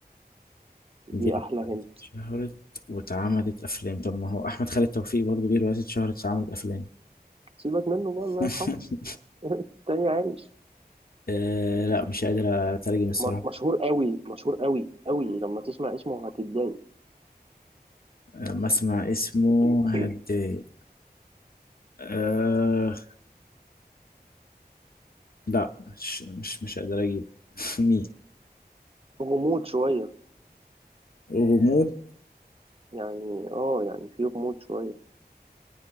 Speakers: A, on the right; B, on the left.
A: دي
B: دي روايات
A: احلى هند
B: اتشهرت واتعملت أفلام طب ما هو أحمد خالد توفيق برضه ليه روايات اتشهرت واتعملت أفلام
A: سيبك منه بقى الله
B: <laughs>
A: يرحمه <laughs> تاني عايش
B: آه لا مش قادر أترجم الصراحة
A: م- مشهور قوي مشهور قوي قوي لما تسمع اسمه هتتضايق
B: لما أسمع اسمه
A: <clears throat>
B: هتضايق آه لا مش مش مش قادر أجيب <laughs> مين
A: غموض شوية
B: غموض
A: يعني اه يعني في غموض شوية